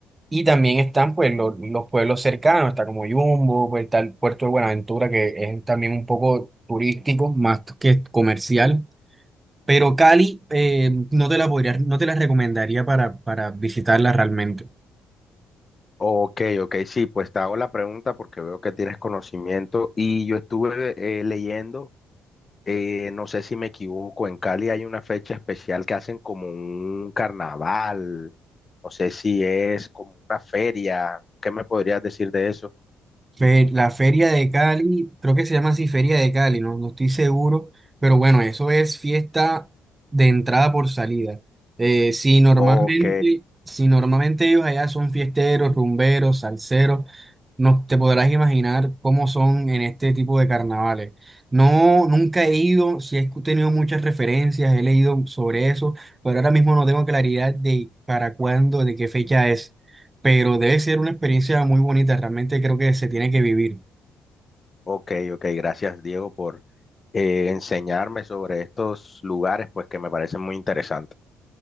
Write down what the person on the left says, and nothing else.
Ok, ok, sí, pues te hago la pregunta porque veo que tienes conocimiento y yo estuve eh, leyendo Eh, no sé si me equivoco, en Cali hay una fecha especial que hacen como un carnaval, no sé si es como una feria, ¿qué me podrías decir de eso?
Ok,
ok, ok, gracias Diego por eh, enseñarme sobre estos lugares, pues que me parecen muy interesantes.